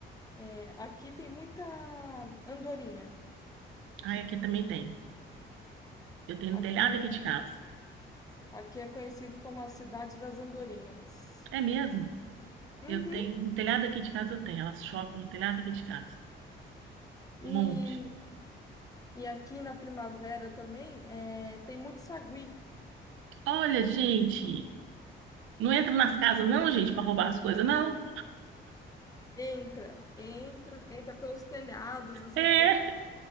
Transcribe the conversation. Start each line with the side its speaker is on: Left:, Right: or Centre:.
Left: é, aqui tem muita andorinha.
Right: Ah, aqui também tem. Eu tenho
Left: Aqui
Right: no telhado aqui
Left: é,
Right: de casa.
Left: aqui é conhecido como a cidade das andorinhas.
Right: É mesmo?
Left: Uhum.
Right: Eu tenho no telhado aqui de casa, eu tenho. Elas chocam no telhado aqui de casa.
Left: E,
Right: Um monte.
Left: e aqui na primavera também é, tem muito sagui.
Right: Olha, gente, não entra nas casas, não, gente, para roubar as coisas, não.
Left: Entra, entra, entra pelos telhados, assim.
Right: É.
Left: Eu tenho,